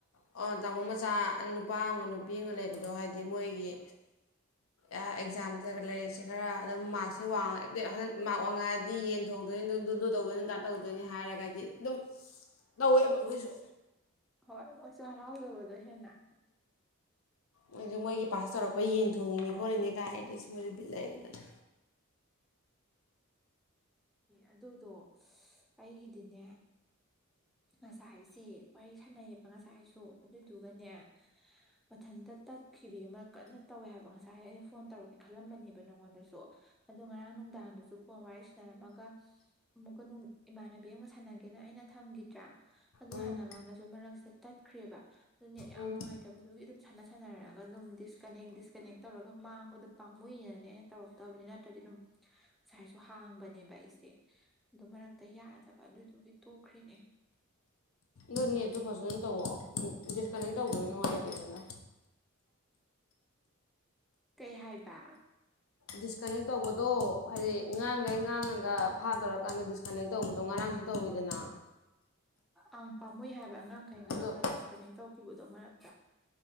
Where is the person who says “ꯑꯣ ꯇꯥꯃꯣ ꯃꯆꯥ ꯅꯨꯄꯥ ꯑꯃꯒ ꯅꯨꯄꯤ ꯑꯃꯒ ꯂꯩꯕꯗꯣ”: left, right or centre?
Left